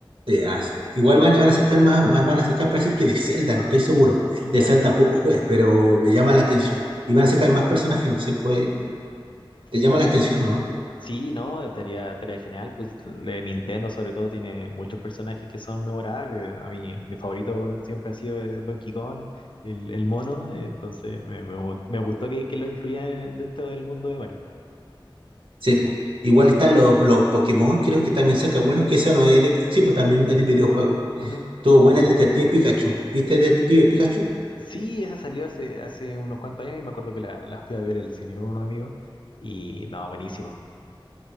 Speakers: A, on the right; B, on the left.
A: Sí, ah, sí. Igual van, van a sacar más, más, van a sacar, parece que de Zelda, no estoy seguro. De
B: Ya.
A: Zelda poco juegues, pero me llama la atención. Y van a sacar más personajes, no sé cuál. Te llama
B: bu-
A: la atención, ¿no?
B: Sí, ¿no? Estaría, estaría genial. Pues le- Nintendo sobre todo tiene muchos personajes que son memorables. A mí, mi favorito siempre ha sido eh, Donkey Kong, el, el mono. eh, Entonces me, me gu- me gustó que, que lo incluyan en- dentro del mundo de Mario.
A: Sí, pues. Igual están los, los Pokémon, creo que también saca bueno que esa no es de. Sí, pues también es de videojuego.
B: Ujú.
A: Tuvo buena Detective Pikachu. ¿Viste Detective Pikachu?
B: Sí, esa salió hace, hace unos cuantos años y me acuerdo que la, la fui a ver al cine con unos amigos. Y no, buenísimo.